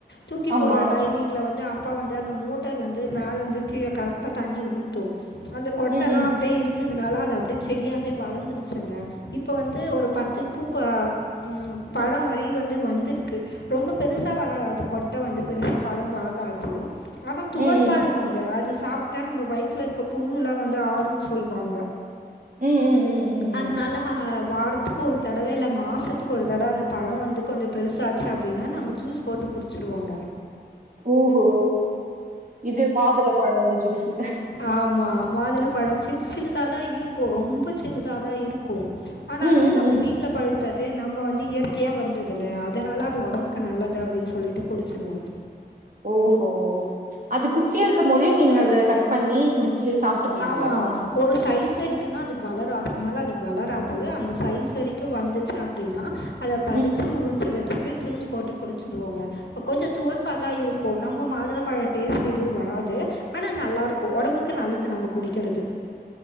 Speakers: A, on the left; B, on the right.
A: தூக்கி
B: ஆமா
A: போற டைமிங்ல வந்து அ ப்ப வந்து அந்த மோட்டர் வந்து மேலந்து கீழ கரெக்டா தண்ணி ஊத்து அந்த கொட்டல்லா
B: ம் ம்
A: அப்டியே இரு ந்ததுனால அது அப்டியே செடியாவே வளர்ந்துருச்சுங்க இப்ப வந்து ஒரு பத்து பூக்க ம் படம் மாரி வந்து வந்திருக்கு ரொம்ப பெருசா வளராது கொட்ட வந்து பெருசா படம்பாகாது ஆனா துவர்ப்பாரு
B: ம் ம்
A: க்குங்க அது சாப்ட்டா நம்ம வய்த்துல இருக்க புண்ணுல்லா வந்து ஆறுன் சொல்வாங்க
B: ம் ம் ம் ம்
A: அதனால
B: ம்
A: ஆ வாரத்துக்கு ஒரு தடவ இல்ல மாசத்துக்கு ஒரு தடவ அந்த பழோ வந்து கொஞ்சோ பெருசாச்சு அப்டின்னா நாங்க ஜூஸ் போட்டு குட் ச்சுருவோங்க
B: ஓஹோ இது மாதுள பழோ ஜூஸு
A: ஆமா மாதுள பழோ சின் சின்னதா தா இருக்கு ரொம்ப சின்னதா தா இருக்கு ஆனாலுமே
B: ம்
A: நம்ம
B: ம்
A: வீ ட்ல பழுத்தது நம்ம வந்து இயற்கையா வந்ததுல்ல அதனால அது ஒடம்புக்கு நல்லது அப்டின் சொல்லிட்டு குடிச்சிடுவோ
B: ஓஹோ அது குட்டியாருக்கம்போதே நீங்க அத கட் பண்ணி குடிச்சு சாப்ட்ருவீங்களா
A: ஆமா. ஒரு சைஸ் வரி க்கு தா அது வளரு அதுக்கு மேல அது வளராது அந்த சைஸ் வரைக்கு வந்துச்சு அப்டின்னா அத பறிச்சு
B: ம்
A: உரிச்சு வச்சுட்டு ஜூஸ் போட்டு குடிச்சுருவோங்க ப்ப கொஞ்சோ துவர்ப்பாதா இருக்கு நம்ம மாதுளபழோ டேஸ்ட் எதுவு வராது ஆனா நல்லாருக்கு ஒடம்புக்கு நல்லது நம்ம குடிக்கிறது